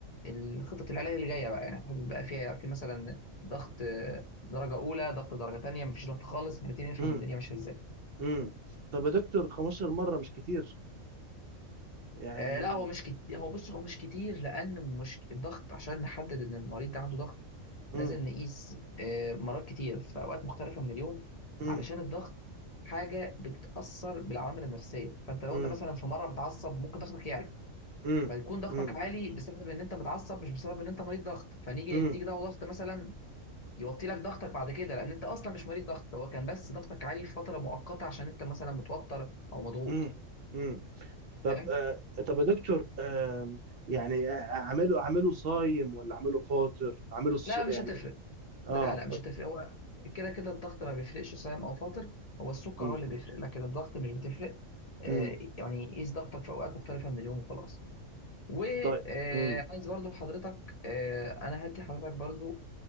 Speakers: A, on the left; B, on the right.
A: الخطة العلاج اللي جاية بقى يعني هتحدد بقى فيها في مثلا ضغط آه، درجة أولى ضغط درجة تانية مفيش ضغط خالص هنبتدي نفهم
B: امم
A: الدنيا ماشية إزاي
B: امم طب يا دكتور 15 مرة مش كتير يعني
A: آه لا هو مش كتير هو بص هو مش كتير لأن مش الضغط عشان نحدد إن المريض ده عنده ضغط
B: امم
A: لازم نقيس آه، مرات كتير في اوقات مختلفه من اليوم
B: امم
A: علشان الضغط حاجه بتتاثر بالعوامل النفسيه فانت لو
B: امم
A: انت مثلا في مره متعصب ممكن ضغطك يعلى
B: امم
A: فيكون ضغطك
B: امم
A: عالي بسبب ان انت متعصب مش بسبب ان انت مريض ضغط فنيجي
B: امم
A: نديك دواء ضغط مثلا يوطي لك ضغطك بعد كده لان انت اصلا مش مريض ضغط هو كان بس ضغطك عالي في فتره مؤقته عشان انت مثلا متوتر او مضغوط
B: امم امم طب
A: فاهم
B: آه طب يا دكتور آم، يعني اعمله اعمله صايم ولا اعمله فاطر اعمله الص...
A: لا مش
B: يعني
A: هتفرق
B: اه
A: لا لا مش هتفرق هو كده كده الضغط ما بيفرقش صايم او فاطر هو السكر
B: امم
A: هو اللي بيفرق لكن الضغط مش بتفرق آه،
B: امم
A: يعني قيس ضغطك في اوقات مختلفه من اليوم وخلاص وعايز
B: طيب امم
A: برضو حضرتك آه، انا هدي حضرتك برضو